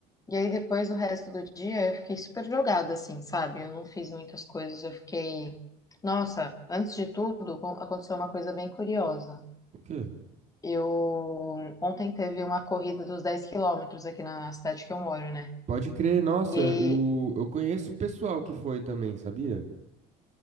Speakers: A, on the left; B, on the right.
A: E aí depois o resto do dia eu fiquei super jogada, assim, sabe? Eu não fiz muitas coisas, eu fiquei. Nossa, antes de tudo, acon- aconteceu uma coisa bem curiosa.
B: O quê?
A: Eu ontem teve uma corrida dos 10 quilômetros aqui na cidade que eu moro, né?
B: Pode crer, nossa,
A: E
B: o... eu conheço o pessoal que foi também, sabia?